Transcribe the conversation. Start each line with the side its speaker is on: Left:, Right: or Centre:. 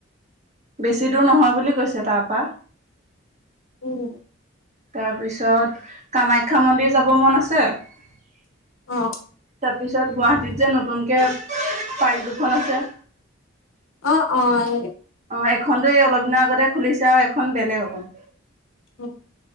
Right: বেছি দূৰ নহয় বুলি কৈছে তাৰপা।
Left: উম।
Right: তাৰপিছত কামাখ্যা মন্দিৰ যাব মন আছে। তাৰপিছত
Left: অ
Right: তাৰপিচত গুৱাহাটীত যে নতুনকে পাৰ্ক দুখন আছে।
Left: অঁ অঁ।
Right: অ', এখন তো এই অলপ দিনৰ আগতে খুলিছে আৰু এখন বেলেগ হ'ব।
Left: উম।